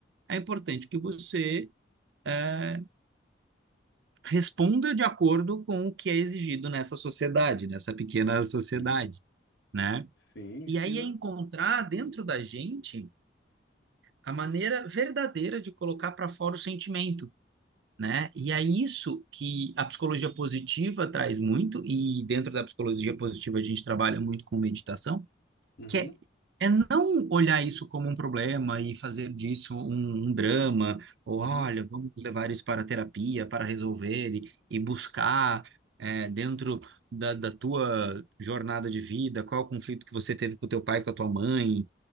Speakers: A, on the right; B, on the left.
A: é importante que você eh, responda de acordo com o que é exigido nessa sociedade, nessa pequena sociedade,
B: sim,
A: né?
B: sim,
A: E
B: sim,
A: aí
B: não,
A: é encontrar dentro da gente a maneira verdadeira de colocar para fora o sentimento, né? E é isso que a psicologia positiva traz muito, e dentro da psicologia positiva a gente trabalha muito com meditação,
B: uhum,
A: que é, é não olhar isso como um problema e fazer disso um, um drama, ou
B: uhum,
A: olha, vamos levar isso para a terapia para resolver e, e buscar é, dentro da, da tua jornada de vida, qual é o conflito que você teve com o teu pai, com a tua mãe,